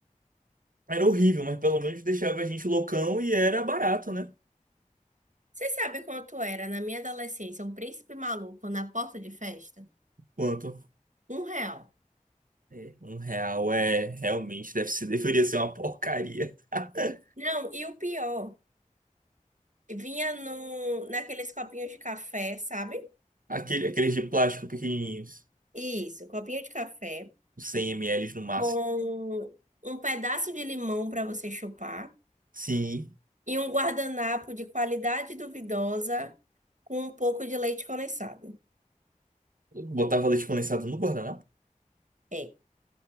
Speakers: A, on the right; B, on the right.
A: Era horrível, mas pelo menos deixava a gente loucão e era barato, né?
B: Você sabe quanto era, na minha adolescência, um príncipe maluco na porta de festa?
A: Quanto?
B: Um real.
A: É, um real é realmente deve ser, deveria ser uma porcaria. <laughs>
B: Não, e o pior, vinha num, naqueles copinhos de café, sabe?
A: Aquele, aqueles de plástico pequenininhos,
B: Isso, copinho de café
A: uns 100 ml no máximo.
B: com um pedaço de limão para você chupar.
A: Sim,
B: e um guardanapo de qualidade duvidosa com um pouco de leite condensado.
A: eu botava leite condensado no guardanapo.
B: É.